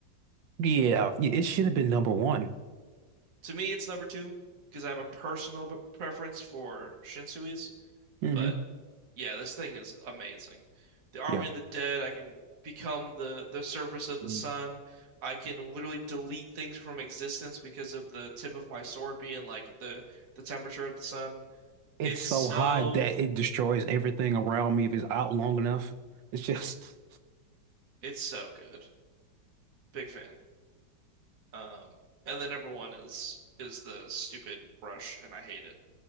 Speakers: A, on the right; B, on the right.
A: <laughs> Yeah, yeah, it should have been number one.
B: to me it's number two because I have a personal b- preference for Shinsui's,
A: hmm
B: but yeah, this thing is amazing. The Army
A: Yeah.
B: of the Dead, I can become the the surface of the
A: Mm.
B: sun. I can literally delete things from existence because of the tip of my sword being like the the temperature of the sun.
A: It's
B: It's
A: so
B: so
A: high that it destroys everything around me if it's out long enough. It's just <laughs>
B: it's so good. Big fan. Um, and the number one is is the stupid brush, and I hate it.